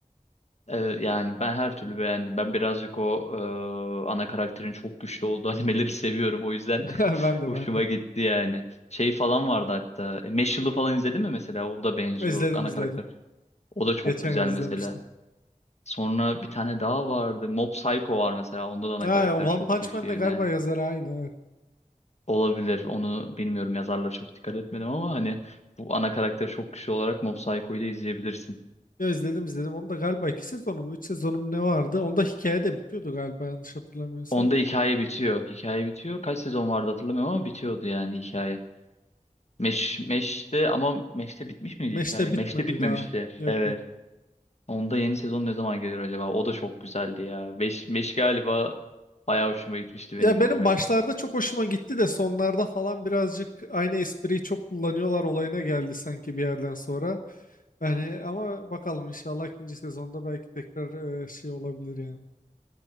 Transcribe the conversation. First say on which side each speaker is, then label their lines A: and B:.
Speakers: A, on the left; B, on the left.
A: e, yani ben her türlü beğendim. Ben birazcık o e, ana karakterin çok güçlü olduğu <laughs> animeleri seviyorum. O yüzden
B: <laughs>
A: de <laughs>
B: Ben de
A: hoşuma
B: ben de.
A: gitti yani. Şey falan vardı hatta. E, Meshul'u falan izledin mi mesela? O da benziyor
B: İzledim
A: ana
B: izledim.
A: karakter. O da çok
B: Geçen
A: güzel
B: yıl izlemiştim.
A: mesela. Sonra bir tane daha vardı. Mob Psycho var mesela. Onda da ana
B: Ha,
A: karakter
B: One
A: çok
B: Punch
A: güçlü
B: Man
A: yine.
B: de galiba yazarı aynı. Evet.
A: Olabilir. Onu bilmiyorum. Yazarlara çok dikkat etmedim ama hani bu ana karakteri çok güçlü olarak Mob Psycho'yu da izleyebilirsin.
B: Ya izledim izledim. Onu da galiba iki sezonu mu üç sezonu mu ne vardı? Onda hikaye de bitiyordu galiba yanlış hatırlamıyorsam.
A: Onda hikaye bitiyor. Hikaye bitiyor. Kaç sezon vardı hatırlamıyorum ama bitiyordu yani hikaye. Meş, Meş'te ama Meş'te bitmiş miydi
B: Mesh
A: hikaye?
B: de
A: Meş'te
B: bitmedi
A: bitmemişti.
B: daha. Yok
A: Evet.
B: yok.
A: Onda yeni sezon ne zaman gelir acaba? O da çok güzeldi ya. Beş, Meş galiba bayağı hoşuma gitmişti
B: Ya
A: benim
B: benim
A: izlemek.
B: başlarda çok hoşuma gitti de sonlarda falan birazcık aynı espriyi çok kullanıyorlar olayına geldi sanki bir yerden sonra. Yani ama bakalım inşallah ikinci sezonda belki tekrar e, şey olabilir yani.